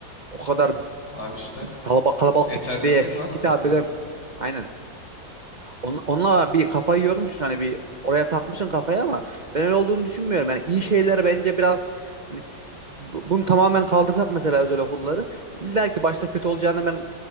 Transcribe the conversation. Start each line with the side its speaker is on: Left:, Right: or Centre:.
Right: o kadar
Left: Abi işte
Right: kalabalık kalabalık
Left: yetersizlik
Right: bir kitleye
Left: var.
Right: hitap
Left: Evet.
Right: eden aynen On- Onunla bir kafayı yormuşsun hani bir oraya takmışsın kafayı ama ben öyle olduğunu düşünmüyorum. Yani iyi şeyler bence biraz hani bu- bunu tamamen kaldırsak mesela özel okulları illa ki başta kötü olacağını ben